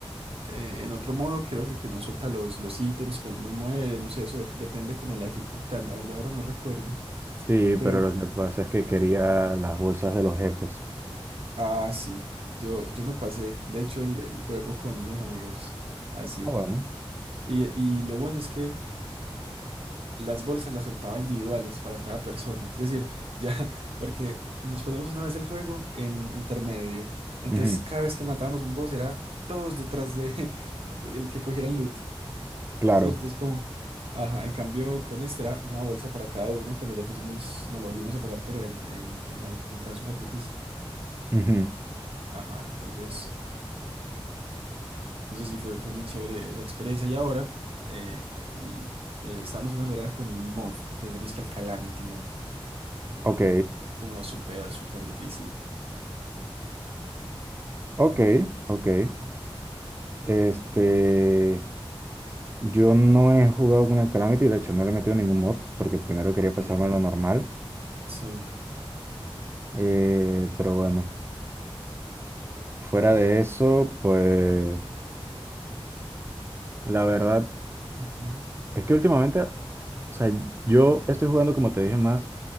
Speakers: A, on the right; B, on the right.
A: eh, en otro modo, creo que, que no suelta los, los ítems cuando uno muere, no sé, eso de- depende como de la dificultad, la verdad ahora no recuerdo.
B: Sí,
A: Pero,
B: pero lo que pasa es que quería las bolsas de los jefes.
A: ah, sí, yo, yo me pasé, de hecho, el, el juego con unos amigos, así.
B: Ah, bueno.
A: Y, y lo bueno es que las bolsas las soltaba individuales para cada persona, es decir, ya, <laughs> porque nos pasamos una vez el juego en intermedio, entonces
B: Ujú,
A: cada vez que matábamos un boss era todos detrás de, <laughs> de el que cogiera el loot.
B: Claro.
A: ¿cierto? Es como, ajá, en cambio con este era una bolsa para cada uno, cuando ya pusimos, nos lo volvimos a pasar, pero en, en, en la dificultad súper difícil.
B: Ujú,
A: Ajá, entonces, entonces sí, fue, fue muy chévere esa experiencia. Y ahora eh, el- eh, estábamos jugando ahora con un mod que se llama es que el Calamity Mod.
B: Ok,
A: Es como súper, súper difícil.
B: ok, ok.
A: Ajá,
B: Este, yo no he jugado con el Calamity, de hecho no le he metido ningún mod, porque primero quería
A: ok,
B: pasarme lo normal.
A: sí.
B: Eh, pero bueno, fuera de eso, pues la verdad
A: Ujú.
B: es que últimamente, o sea, yo estoy jugando, como te dije, más